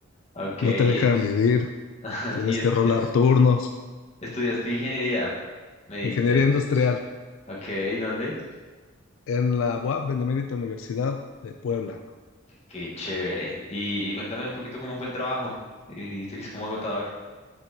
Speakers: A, on the left; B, on the left.
A: Ok,
B: No
A: y,
B: te dejan vivir,
A: <laughs>
B: tienes
A: y es-
B: que rolar
A: es-
B: turnos.
A: estudiaste ingeniería, me dijiste.
B: Ingeniería industrial
A: Ok, ¿dónde?
B: en la UAP, Benemérita Universidad de Puebla.
A: Qué chévere. Y, y cuéntame un poquito cómo fue el trabajo. Y dijiste que es como agotador.